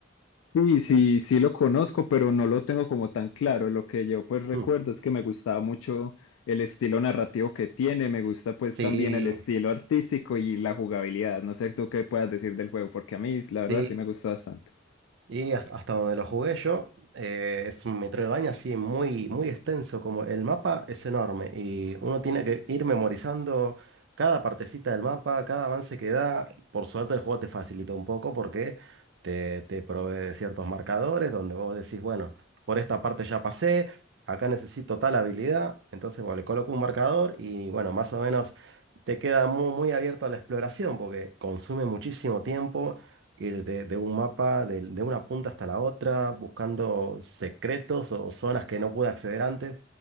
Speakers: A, on the left; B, on the right.
A: Sí, sí, sí lo conozco, pero no lo tengo como tan claro. Lo que yo pues recuerdo
B: Mm.
A: es que me gustaba mucho el estilo narrativo que tiene, me gusta pues
B: Sí,
A: también el estilo artístico y la jugabilidad. No sé tú qué puedas decir del juego, porque a mí la verdad
B: sí.
A: sí me gustó bastante.
B: Y has- hasta donde lo jugué yo, eh, es un Metroidvania así muy, muy extenso, como el mapa es enorme y uno tiene que ir memorizando cada partecita del mapa, cada avance que da. Por suerte el juego te facilita un poco porque te, te provee de ciertos marcadores donde vos decís, bueno, por esta parte ya pasé, acá necesito tal habilidad, entonces bueno, le coloco un marcador y bueno, más o menos te queda muy, muy abierto a la exploración porque consume muchísimo tiempo ir de, de un mapa, de, de una punta hasta la otra, buscando secretos o zonas que no pude acceder antes.